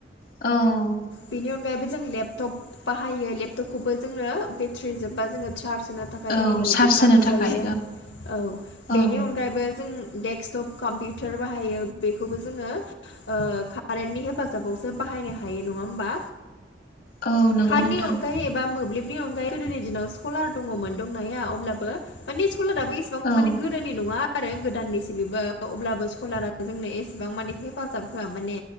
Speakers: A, on the left (about 55°); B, on the left (about 85°).
A: औ
B: बेनि अनगायैबो जों लेपटप बाहायो लेपटपखौबो जोङो बेट्रि जोब्बा जोङो चार्ज होनो थाखाय
A: औ
B: जोंनो मोब्लिब
A: सार्स
B: नांगौ
A: होनो थाखाय
B: जायो औ बेनि
A: औ
B: अनगायैबो जों देग डेक्सटप कम्पिउटार बाहायो बेखौबो जोङो ओ कारेन्टनि हेफाजाबावसो बाहायनो हायो नङा होमबा
A: औ नंगौ
B: कारेननि
A: नोंथां
B: अनगायै एबा मोब्लिबनि अनगायै गोदोनि दिनाव सलार दङमोन दंनाया अब्लाबो माने सलाराबो इसेबां
A: औ
B: माने गोदोनि नङा आरो गोदाननिसे बेबो अब्लाबो सलारा जोंनो एसेबां माने हेफाजाब होआ माने